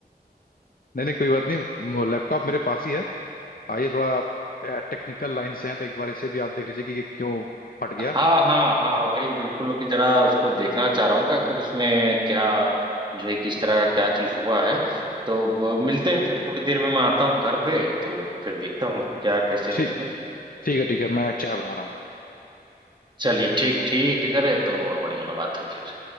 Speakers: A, on the left; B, on the right.
A: नहीं नहीं कोई बात नहीं लैपटॉप मेरे पास ही है आइए थोड़ा आप टेक्निकल लाइन से हैं तो एक बार इसे भी आप देख लीजिए कि ये क्यों फट गया
B: हाँ हाँ हाँ वही बिल्कुल वो कि जरा उसको देखना चाह रहा हूँ कि अगर उसमें क्या जो है किस तरह का क्या चीज हुआ है तो ब- मिलते हैं फिर थोड़ी देर में मैं आता हूँ घर पे तो फिर देखता हूँ क्या कैसे
A: ठीक
B: है उसमें
A: ठीक है ठीक है मैं चाय बना रहा हूँ
B: चलिए ठीक ठीक ठीक है तो और बढ़िया बात है फिर